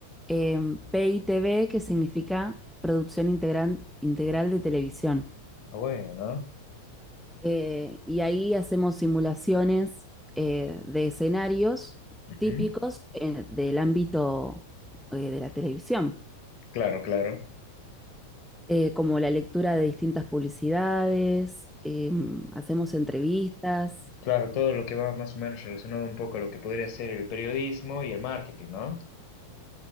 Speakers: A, in the centre; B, on the left (about 45°).
A: eh, PITV, que significa Producción Integral, Integral de Televisión.
B: Ah, bueno.
A: Eh, y ahí hacemos simulaciones eh, de escenarios
B: Ujú.
A: típicos eh, del ámbito eh, de la televisión,
B: Claro, claro.
A: eh, como la lectura de distintas publicidades, eh, hacemos entrevistas,
B: Claro, todo lo que va más o menos relacionado un poco a lo que podría ser el periodismo y el marketing, ¿no?